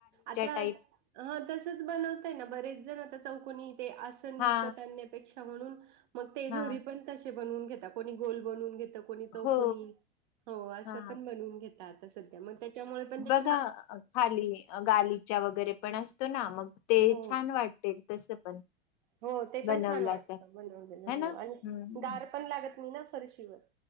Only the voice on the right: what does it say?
आता
ह तसच बनवतय ना बरेच जण आता चौकोनी ते आसन
विकत आणण्यापेक्षा म्हणून मग ते घरी
पण तश बनवून घेता कोणी गोल बनवून घेत कोणी चौकोनी
हो असं
पण बनवून घेता आता सध्या मग त्याच्यामुळे पण ते
हो
हो ते
पण छान वाटत
बनवलेल
हो आणि
गार पण लागत नाही ना. फरशीवर.